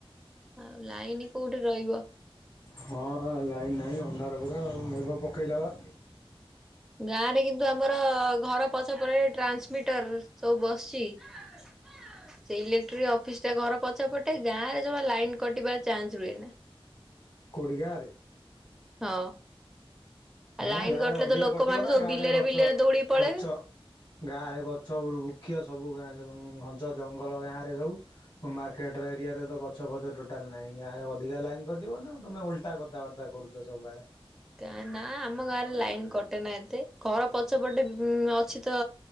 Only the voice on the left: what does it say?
ହଁ ଆଉ ଲାଇନ୍ ନାହିଁ ଅନ୍ଧାର ପୁରା ଆଉ, ମେଘ ପକେଇଲା ବା।
କୋଉଠି ଗାଁରେ?
ହଁ
ଗାଁ
ରେ ଅଧିକା
କଟିବ ନା
ଗାଁ
ରେ ଗଛ
ଗଛ ଗାଁ ରେ ଗଛ ବୃକ୍ଷ ସବୁ ଘଞ୍ଚ ଜଙ୍ଗଲ ଗାଁ ରେ ସବୁ। ମାର୍କେଟ ର ଏରିଆରେ ତ ଗଛ ଫଛ ଟୋଟାଲ୍ ନାହିଁ, ଗାଁରେ ଅଧିକ ଲାଇନ୍ କଟିବ ନା ତମେ ଓଲଟା କଥାବାର୍ତ୍ତା କରୁଚ <unintelligible>